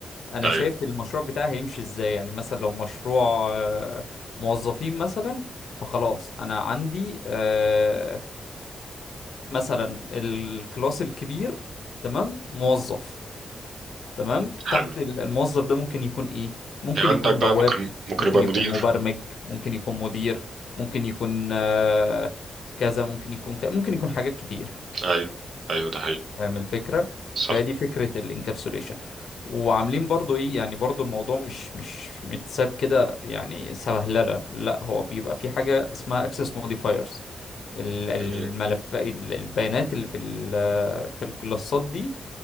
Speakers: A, on the left; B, on the right.
A: انا
B: ايوه
A: شايف المشروع بتاعي هيمشي ازاي يعني مثلا لو مشروع آه، موظفين مثلا فخلاص انا عندي آه، مثلا الكلاس الكبير تمام موظف تمام تحت
B: حلو
A: ال- الموظف ده ممكن يكون ايه ممكن
B: يعني عندك
A: يكون بواب
B: بقى ممكن ممكن
A: ممكن
B: يبقى
A: يكون
B: مدير
A: مبرمج ممكن يكون مدير ممكن يكون آه، كذا ممكن يكون كذا ممكن يكون حاجات كتير
B: ايوه ايوه ده حقيقي
A: فاهم الفكرة
B: صح
A: فدي فكرة الانكابسوليشن وعاملين برضو ايه يعني برضو الموضوع مش مش متساب كده يعني سبهللة لا هو بيبقى في حاجة اسمها access modifiers ال- الملف
B: مم.
A: ال- البيانات اللي في ال- في الكلاسات دي